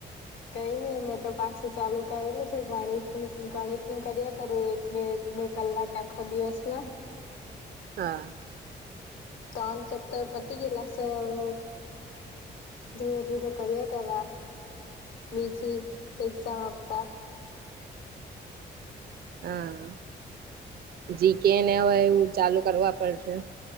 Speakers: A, on the left; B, on the right.
A: કઈ નઈ મેં તો પાછું ચાલુ કરેલું છે ગણિત નુ ગણિત નું કર્યા કરું એક બે એક બે કલાક આખા દિવસમાં
B: હા
A: ત્રણ ચેપટર પતિ ગેલા સે હવે ધીરે ધીરે કર્યા કરા બીજી એક્ઝામ આપા
B: હા જી કેને હોય એવું ચાલુ કરવા પડશે